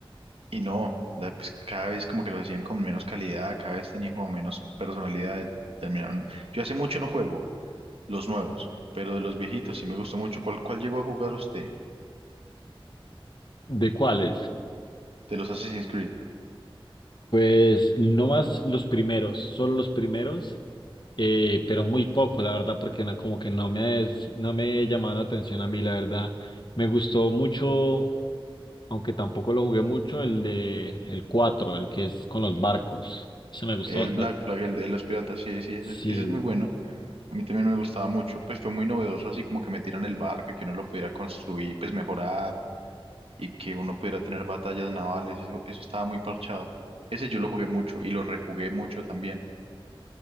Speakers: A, on the right (about 80°); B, on the left (about 50°).
A: y no, la- pues cada vez como que los hacían con menos calidad, cada vez tenían como menos personalidad, terminaron. Yo hace mucho no juego los nuevos, pero de los viejitos sí me gustó mucho. ¿Cuál, cuál llegó a jugar usted
B: ¿De cuáles?
A: de los Assassin's Creed?
B: Pues no más los primeros, solo los primeros, eh, pero muy poco, la verdad, porque no, como que no me, es- no me llamaban la atención a mí, la verdad. Me gustó mucho. aunque tampoco lo jugué mucho, el de el 4 el que es con los barcos. Ese me gustó
A: El
B: bastante.
A: Black Flag, el de los piratas, sí, sí, ese,
B: Sí,
A: es ese es muy bueno. A mí también me gustaba mucho, pues fue muy novedoso, así como que metieran el barco y que uno lo pudiera construir, pues mejorar y que uno pudiera tener batallas navales, eso, eso estaba muy parchado. Ese yo lo jugué mucho y lo rejugué mucho también.